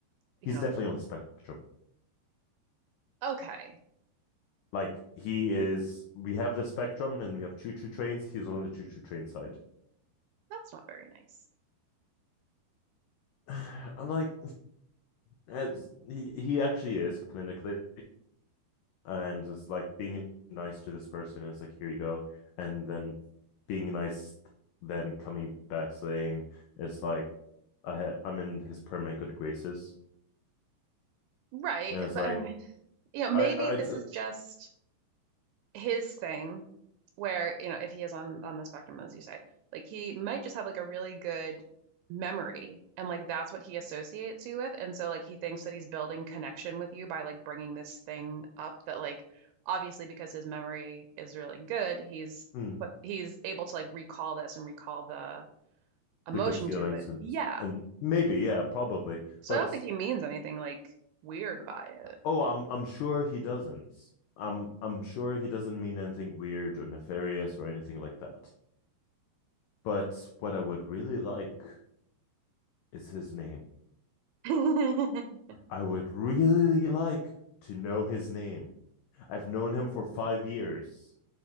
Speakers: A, on the right; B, on the left.
A: you
B: he's
A: know,
B: definitely on the spectrum.
A: okay,
B: Like he is we have the spectrum and we have choo choo trains, he's on the choo choo train side.
A: that's not very nice.
B: <sighs> I'm like, as he he actually is clinically, and it's like being nice to this person is like here you go, and then being nice, then coming back saying it's like I ha- I'm in his permanent good graces,
A: Right.
B: and it's
A: But,
B: like
A: and, you know, maybe
B: I I
A: this is just. his thing where, you know, if he is on on the spectrum, as you say, like he might just have like a really good memory and like that's what he associates you with. And so like he thinks that he's building connection with you by like bringing this thing up that like obviously because his memory is really good, he's
B: mm,
A: but he's able to like recall this and recall the emotion
B: the good feelings
A: to it.
B: and
A: Yeah.
B: and maybe yeah probably,
A: So
B: but
A: I don't think he means anything like weird by it.
B: oh I'm I'm sure he doesn't. I'm I'm sure he doesn't mean anything weird or nefarious or anything like that. But what I would really like is his name.
A: <laughs>
B: I would really like to know his name. I've known him for five years.